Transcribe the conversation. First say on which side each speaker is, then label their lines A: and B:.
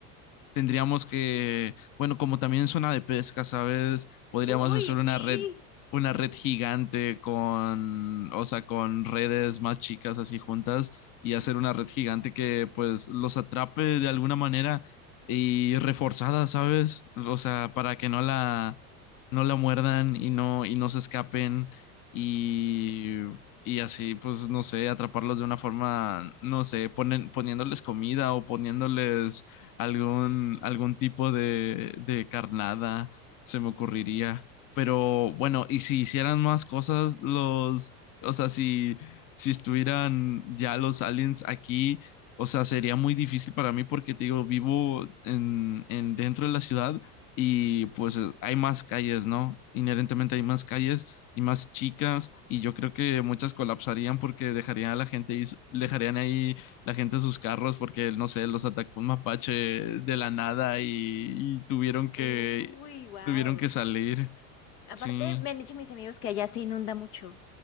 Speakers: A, on the left; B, on the left.
A: Tendríamos que, bueno, como también es de pesca, ¿sabes? Podríamos
B: Uy,
A: hacer una
B: sí.
A: red, una red gigante con, o sea, con redes más chicas así juntas y hacer una red gigante que pues los atrape de alguna manera y reforzada, ¿sabes? O sea, para que no la, no la muerdan y no, y no se escapen y, y así, pues, no sé, atraparlos de una forma, no sé, ponen, poniéndoles comida o poniéndoles algún, algún tipo de, de carnada, se me ocurriría. Pero bueno, y si hicieran más cosas, los, o sea, si, si estuvieran ya los aliens aquí, o sea, sería muy difícil para mí porque te digo, vivo en, en dentro de la ciudad y pues eh, hay más calles, ¿no? Inherentemente hay más calles y más chicas y yo creo que muchas colapsarían porque dejarían a la gente, ahí- dejarían ahí la gente a sus carros porque, no sé, los atacó un mapache de la nada y, y tuvieron que,
B: Uy, wow.
A: tuvieron que salir.
B: Aparte,
A: Sí.
B: me han dicho mis amigos que allá se inunda mucho,